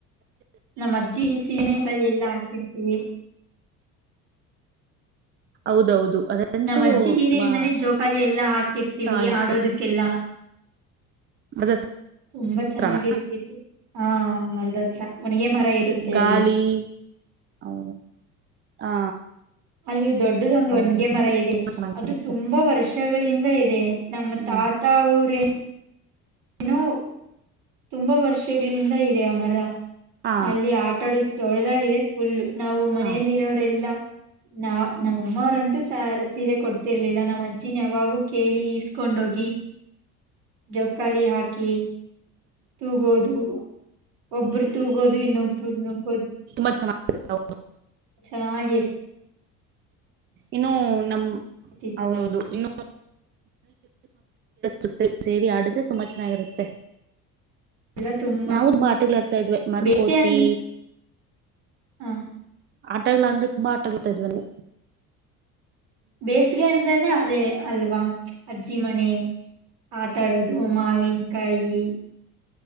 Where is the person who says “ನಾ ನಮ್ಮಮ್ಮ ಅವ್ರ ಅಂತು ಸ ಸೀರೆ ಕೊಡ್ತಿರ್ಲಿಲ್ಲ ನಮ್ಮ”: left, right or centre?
Right